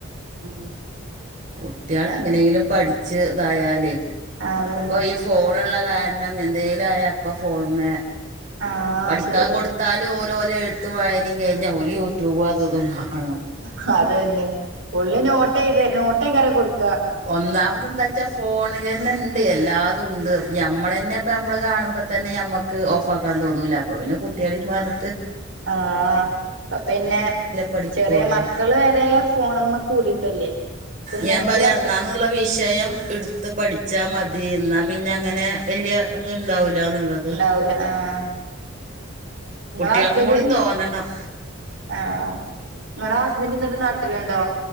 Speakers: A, on the right; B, on the right.
A: ഉം
B: കുട്ട്യാളെങ്ങനേലും പഠിച്ച്തായാലേ
A: അതന്നെ
B: ഇപ്പൊ ഈ ഫോണ്ള്ള കാരണം എന്തേലും ആയാപ്പ ഫോണ് മ്മേ
A: ആഹ്
B: പഠിക്കാൻ
A: ശരിയ
B: കൊടുത്ത ത്താല് ഓലോലോലെഴുത്തും വയനിം കഴിഞ്ഞാ ഓല് യൂട്യൂബും അതുതും കാണും
A: ഹതന്നെ ഫുള്ള് നോട്ടെയ്തെ നോട്ടേക്കാരം കൊട്ക്ക
B: ഒന്നാമതെന്താച്ചാ ഫോണ്ലെന്നെണ്ട് എല്ലാതുംണ്ട് അപ്പൊ ഞമ്മളെന്നെ നമ്മള് കാണുമ്പോ തന്നെ ഞമ്മക്ക് ഓഫാക്കാൻ തോന്നൂല അപ്പൊ പിന്നെ കുട്ടികളീം പർഞ്ഞിട്ട്
A: ആഹ പ്പൊപ്പിന്നെ
B: പഠിക്കുള്ളൂ
A: ചെറിയ മക്കള് വരെ ഫോണ്മ്മെ കൂടീക്കല്ലേ തിന്നണെങ്കിലൊ
B: ഞാൻ പറയാ അന്നാന്നുള്ള വിഷയം ഇടുത്ത് പഠിച്ചാ മതി എന്നാ പിന്നെ അങ്ങനെ വല്യ ത്ണ്ടാവൂലാന്നുള്ളത്
A: വൂല ആഹ് ങ്ങളസ്ബന്റ്
B: കുട്ടികൾക്കും കൂടി തോന്നണം
A: ആഹ് ങ്ങള ഹസ്ബന്റ് ന്നട്ട് നാട്ടില്ണ്ടോ